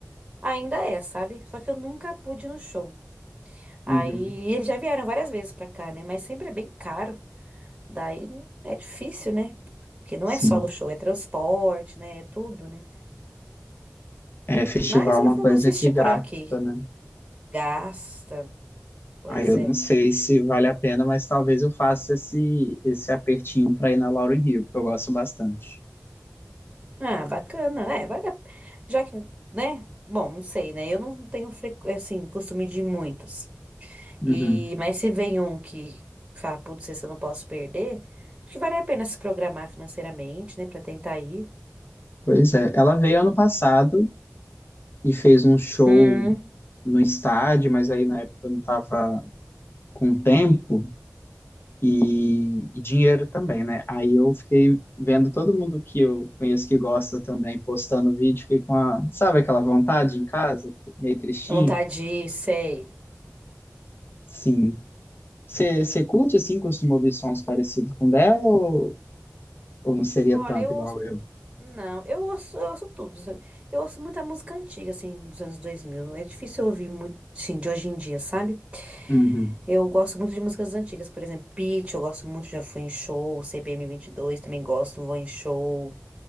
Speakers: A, on the right; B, on the left.
A: Ainda é, sabe? Só que eu nunca pude ir no show. Aí
B: Uhum,
A: eles já vieram várias vezes pra cá, né? Mas sempre é bem caro. Daí é difícil, né? Porque não
B: sim.
A: é só o show, é transporte, né? É tudo, né?
B: É, festival
A: Mas
B: é
A: eu
B: uma
A: vou
B: coisa
A: assistir
B: que gasta,
A: por aqui.
B: né?
A: Gasta. Pois
B: Aí eu
A: é.
B: não sei se vale a pena, mas talvez eu faça esse, esse apertinho para ir na Lauryn Hill, porque eu gosto bastante.
A: Ah, bacana. É, vale a... Já que, né? Bom, não sei, né? Eu não tenho, frequ... assim, costume de ir muitos.
B: Uhum.
A: E... Mas se vem um que fala, putz, esse eu não posso perder, acho que vale a pena se programar financeiramente, né? Pra tentar ir.
B: Pois é, ela veio ano passado e fez um show
A: Hum,
B: no estádio, mas aí na época eu não estava com tempo e, e dinheiro também, né? Aí eu fiquei vendo todo mundo que eu conheço que gosta também postando vídeo, fiquei com a, sabe aquela vontade em casa, meio tristinho?
A: a vontade de ir, sei.
B: Sim. Você curte assim, costuma ouvir sons parecidos com dela ou, ou não seria
A: Olha,
B: tanto
A: eu
B: igual
A: ouço...
B: eu?
A: Não, eu ouço, eu ouço tudo, sabe? Eu ouço muita música antiga, assim, dos anos 2000. Não é difícil eu ouvir muito, sim, de hoje em dia, sabe?
B: Uhum,
A: Eu gosto muito de músicas antigas, por exemplo, Pitty, eu gosto muito, já fui em show, CPM dois. também gosto, vou em show,